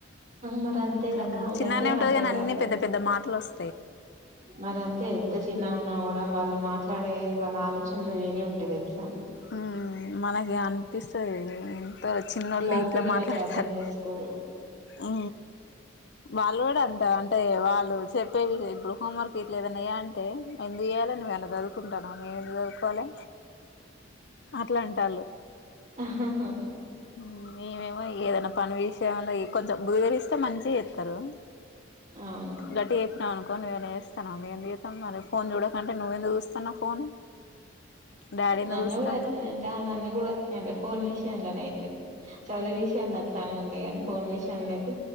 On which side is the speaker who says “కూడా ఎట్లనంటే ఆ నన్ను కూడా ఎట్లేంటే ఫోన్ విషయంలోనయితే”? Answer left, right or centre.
Right